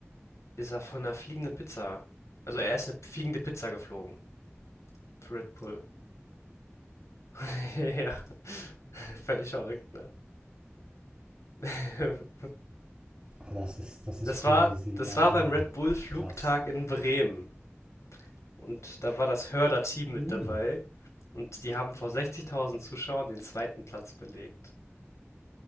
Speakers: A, on the left (about 85°); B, on the right (about 20°).
A: ist er von einer fliegenden Pizza. Also er ist eine fliegende Pizza geflogen. Für Red Bull. <laughs> Ja. <laughs> Völlig verrückt, ne? <laughs>
B: Ah, das ist, das
A: Das
B: ist crazy,
A: war, das
B: also
A: war beim Red Bull Flugtag
B: krass.
A: in Bremen. Und da war das Hörder-Team mit
B: Mm,
A: dabei. Und die haben vor 60.000 Zuschauern den zweiten Platz belegt.